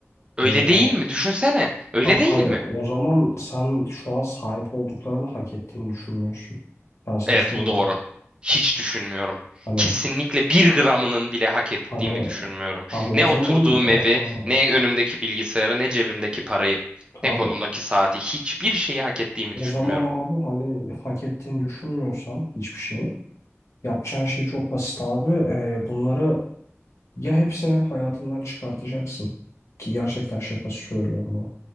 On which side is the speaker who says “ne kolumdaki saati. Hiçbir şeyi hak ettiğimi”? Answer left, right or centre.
Right